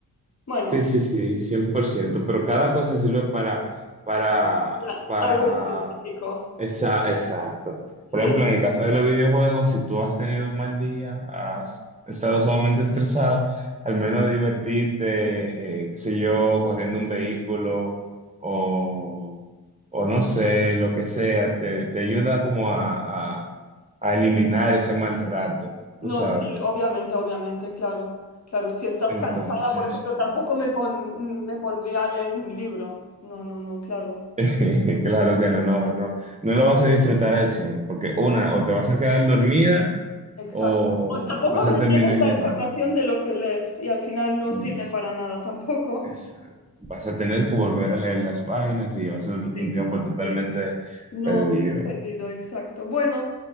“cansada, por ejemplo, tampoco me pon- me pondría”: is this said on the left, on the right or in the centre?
Left